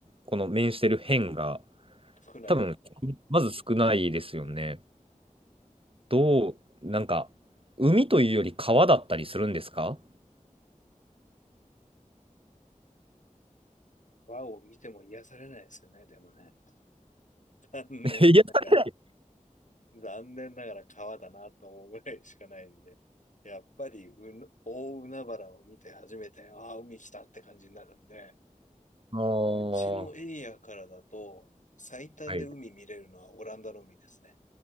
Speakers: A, on the right (about 40°); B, on the left (about 65°).
A: この面してる辺が、
B: 少ない。
A: 多分、まず少ないですよね。
B: うん。
A: どう、なんか、海というより川だったりするんですか
B: 和を見ても癒されないですよね、でもね。<laughs> 残念ながら、
A: <laughs> 癒されない。
B: 残念ながら川だなと思うぐらいしかないんで。やっぱりうな、大海原を見て初めて、ああ、海来たって感じになるんで、
A: ああ、
B: うちのエリアからだと、
A: は
B: 最短で海見れるのはオランダの海ですね。
A: い。